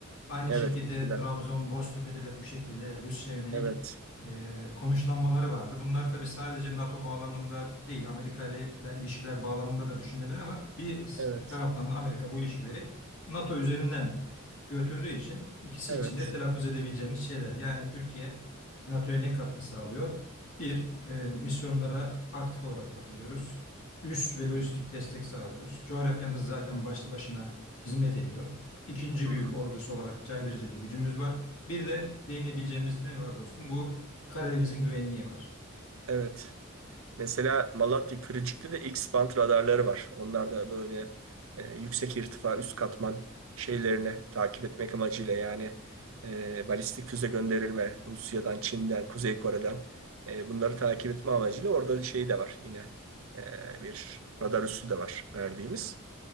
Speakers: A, on the left (about 75°); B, on the right (about 75°).
A: Aynı
B: Evet,
A: şekilde
B: eskiden.
A: Trabzon, Boztepe'de de bu şekilde Rusya'ya yönelik
B: Evet,
A: e, konuşlanmaları vardı. Bunlar tabii sadece NATO bağlamında değil Amerika ile ile ilişkiler bağlamında da düşünülebilir ama bir
B: evet,
A: taraftan da Amerika bu ilişkileri NATO üzerinden götürdüğü için ikisi
B: evet.
A: için de telaffuz edebileceğimiz şeyler. Yani Türkiye NATO'ya ne katkı sağlıyor? Bir, e, misyonlara aktif olarak katılıyoruz. Üs ve lojistik destek sağlıyoruz. Coğrafyamız zaten başlı başına hizmet ediyor. İkinci
B: Hı
A: büyük
B: hı,
A: ordusu olarak caydırıcı bir gücümüz var. Bir de değinebileceğimiz ne var dostum? Bu Karadeniz'in güvenliği var.
B: Evet. Mesela Malatya Kırıcık'ta da X-band radarları var. Onlar da böyle e, yüksek irtifa, üst katman şeylerini takip etmek amacıyla yani e, balistik füze gönderilme Rusya'dan, Çin'den, Kuzey Kore'den e, bunları takip etme amacıyla orada şey de var yine e, bir radar üssü de var verdiğimiz.